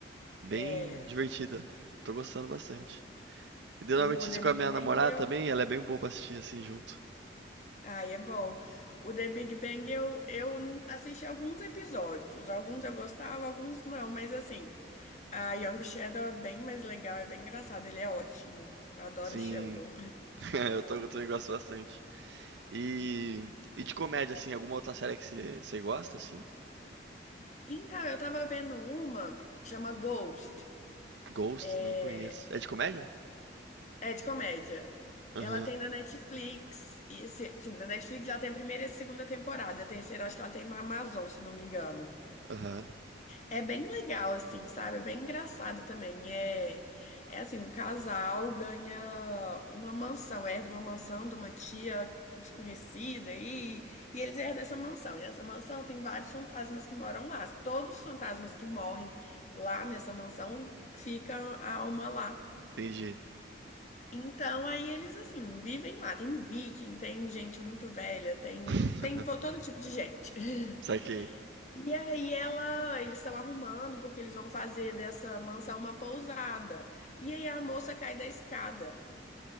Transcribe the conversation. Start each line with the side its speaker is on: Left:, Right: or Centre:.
Right: bem
Left: É.
Right: divertida. Tô gostando bastante. E daí,
Left: O
Right: normalmente assisto
Left: The
Right: com
Left: Big
Right: a minha
Left: Bang
Right: namorada
Left: eu.
Right: também, ela é bem boa pra assistir assim junto.
Left: Ai, é bom. O The Big Bang eu, eu assisti alguns episódios. Alguns eu gostava, alguns não. Mas assim, a Young Sheldon é bem mais legal, é bem engraçado. Ele é ótimo. Eu adoro
Right: Sim,
Left: o Sheldon.
Right: <laughs> eu, tô, eu também gosto bastante. E, e de comédia, assim, alguma outra série que você gosta, assim?
Left: Então, eu tava vendo uma, chama Ghost.
Right: Ghost,
Left: É,
Right: não conheço. É de comédia?
Left: É de comédia.
Right: Aham,
Left: Ela tem na Netflix. E, se- sim, na Netflix ela tem a primeira e a segunda temporada. A terceira acho que ela tem na Amazon, se não me engano.
Right: aham,
Left: É bem legal, assim, sabe? É bem engraçado também. É, é assim, um casal ganha uma mansão, herda uma mansão de uma tia desconhecida e, e eles herdam essa mansão. E essa mansão tem vários fantasmas que moram lá. Todos os fantasmas que morrem lá nessa mansão ficam a uma lá.
Right: entendi.
Left: Então, aí eles, assim, vivem lá. Tem viking, tem gente muito velha, tem,
Right: <laughs>
Left: tem vo- todo tipo de gente. <laughs>
Right: Saquei,
Left: E aí ela, eles estão arrumando porque eles vão fazer dessa mansão uma pousada. E aí a moça cai da escada.